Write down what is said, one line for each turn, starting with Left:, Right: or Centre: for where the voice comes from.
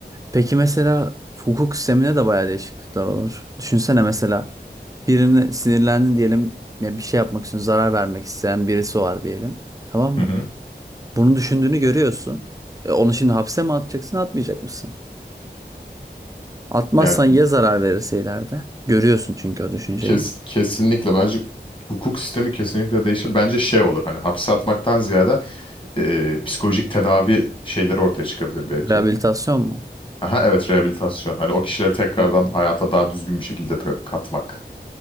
Right: Peki mesela hukuk sistemine de bayağı değişiklikler olur. Düşünsene mesela birine sinirlendin diyelim ya bir şey yapmak için zarar vermek isteyen birisi var diyelim. Tamam
Left: Hı
Right: mı?
Left: hı.
Right: Bunu düşündüğünü görüyorsun. E, onu şimdi hapse mi atacaksın, atmayacak mısın? Atmazsan
Left: Yani
Right: ya zarar verirse ileride? Görüyorsun çünkü o düşünceyi.
Left: kes, kesinlikle bence hukuk sistemi kesinlikle değişir. Bence şey olur hani hapse atmaktan ziyade e, psikolojik tedavi şeyleri ortaya çıkabilir belki.
Right: Rehabilitasyon mu?
Left: Aha, evet rehabilitasyon. Hani o kişileri tekrardan
Right: Hmm.
Left: hayata daha düzgün bir şekilde ta- katmak.